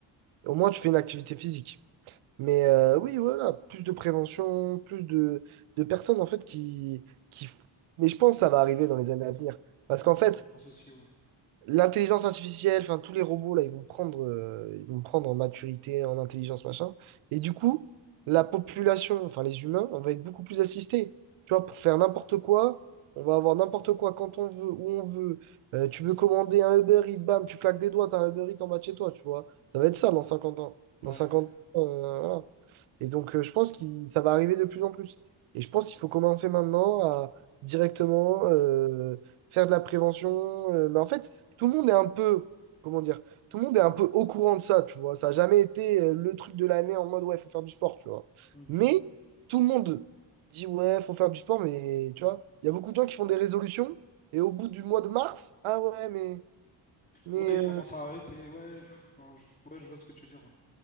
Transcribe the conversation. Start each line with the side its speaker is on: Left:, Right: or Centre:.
Right: Au moins, tu fais une activité physique. Mais euh, oui, voilà, plus de prévention, plus de, de personnes en fait qui, qui... f- Mais je pense que ça va arriver dans les années à venir. Parce
Left: ouais,
Right: qu'en fait,
Left: je pense aussi, ouais.
Right: l'intelligence artificielle, enfin tous les robots, là, ils vont prendre, euh, ils vont prendre en maturité, en intelligence, machin. Et du coup, la population, enfin les humains, on va être beaucoup plus assistés. Tu vois, pour faire n'importe quoi, on va avoir n'importe quoi quand on veut, où on veut. Euh, tu veux commander un Uber Eats, bam, tu claques des doigts, t'as un Uber Eats en bas de chez toi, tu vois. Ça va être ça dans 50 ans.
Left: Ouais.
Right: Dans 50 ans, euh, voilà. Et donc, euh, je pense que ça va arriver de plus en plus. Et je pense qu'il faut commencer maintenant à directement euh, faire de la prévention. euh, mais en fait, tout le monde est un peu, comment dire, tout le monde est un peu au courant de ça, tu vois. Ça n'a jamais été euh, le truc de l'année en mode, ouais, il faut faire du sport, tu vois.
Left: mhm.
Right: Mais tout le monde dit, ouais, faut faire du sport, mais tu vois, il y a beaucoup de gens qui font des résolutions et au bout du mois de mars, ah ouais, mais... mais
Left: Ouais, ils
Right: euh,
Left: commencent à arrêter, ouais, pff, alors, je- ouais, je vois ce que tu veux dire, ouais.